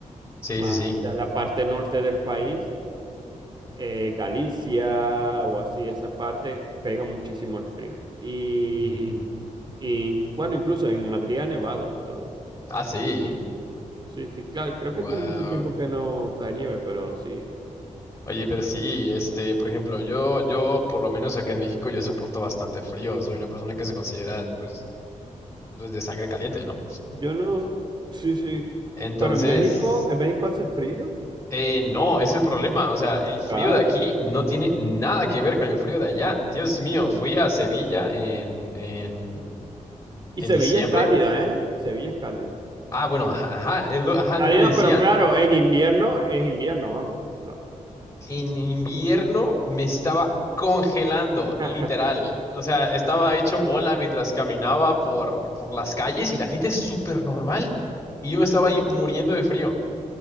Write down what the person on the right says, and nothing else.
más
hacia la parte norte del país, eh, Galicia o así, esa parte, pega muchísimo el frío. Y,
y bueno, incluso en Madrid ha nevado y todo.
Sí, sí, claro, creo
que tiene mucho tiempo que no cae nieve, pero sí.
mm,
Yo no, sí, sí.
Pero en México, en México hace frío.
Claro,
claro.
Ah.
Y
Sevilla
es cálida, ¿eh? Sevilla es cálida.
Cálida,
pero claro, en invierno es invierno, vamos. No.
<laughs>